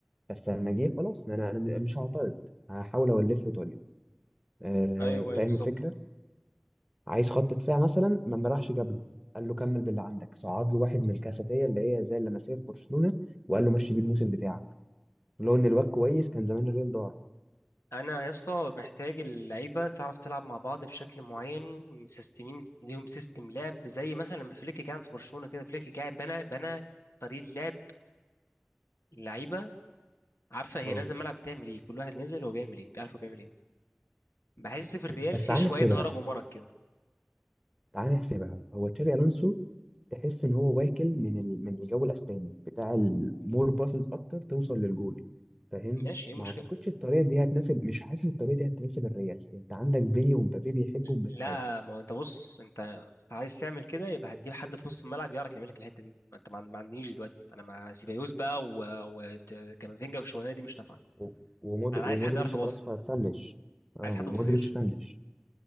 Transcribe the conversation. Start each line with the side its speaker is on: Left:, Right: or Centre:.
Centre: بس لما جه خلاص ما انا انا مش هعترض هحاول اولف له طريقه آه،
Left: ايوه ايوه
Centre: فاهم
Left: بالظبط
Centre: الفكره عايز خط دفاع مثلا ما راحش جاب له قال له كمل باللي عندك صعد له واحد من الكاساتيه اللي هي زي اللمسيه في برشلونه وقال له مشي بيه الموسم بتاعك لو ان الواد كويس كان زمان الريال دار
Left: انا يا اسطى محتاج اللعيبه تعرف تلعب مع بعض بشكل معين مسيستمين ليهم سيستم لعب زي مثلا لما فليك جه في برشلونه كده فليك جه بنى بنى طريقه لعب اللعيبه عارفه هي
Centre: اه
Left: نازل الملعب بتعمل ايه كل واحد نازل هو بيعمل ايه بيعرف هو بيعمل ايه بحس في الريال
Centre: بس
Left: في
Centre: تعال
Left: شويه
Centre: نحسبها
Left: هرج ومرج كده
Centre: تعال نحسبها هو تشابي الونسو تحس ان هو واكل من ال... من الجو الاسباني بتاع المور باسز اكتر توصل للجول فاهم
Left: ماشي ايه
Centre: ما
Left: المشكله
Centre: اعتقدش الطريقه دي هتناسب مش حاسس الطريقه دي هتناسب الريال انت عندك بيني ومبابي بيحبوا المساحات
Left: لا ما هو انت بص انت عايز تعمل كده يبقى هتجيب حد في نص الملعب يعرف يعمل لك الحته دي ما انت ما ما عندنيش دلوقتي انا مع سيبايوس بقى وكامافينجا والشغلانه دي مش نافعه
Centre: و- ومود...
Left: انا
Centre: ومودريتش
Left: عايز حد يعرف يباصي
Centre: خلاص فنش اه
Left: عايز حد
Centre: ومودريتش
Left: بصير
Centre: فنش